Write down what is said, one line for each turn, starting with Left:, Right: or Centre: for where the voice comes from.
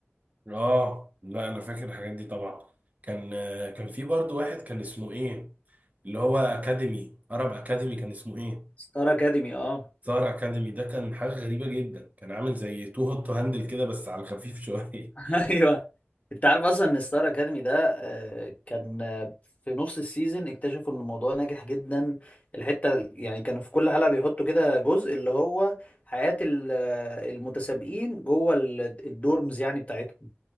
Right: اه لا انا فاكر الحاجات دي طبعا كان آه، كان في برضه واحد كان اسمه ايه اللي هو اكاديمي عرب اكاديمي كان اسمه ايه
Left: ستار اكاديمي اه
Right: ستار اكاديمي ده كان حاجه غريبه جدا كان عامل زي تو هوت تو هاندل كده بس على الخفيف <laughs> شويه
Left: <laughs> ايوه انت عارف اصلا ان ستار اكاديمي ده آه، كان آه، في نص السيزون اكتشفوا ان الموضوع ناجح جدا الحته ال- يعني كانوا في كل حلقه بيحطوا كده جزء اللي هو حياه ال- آه، المتسابقين جوه ال- الدورمز يعني بتاعتهم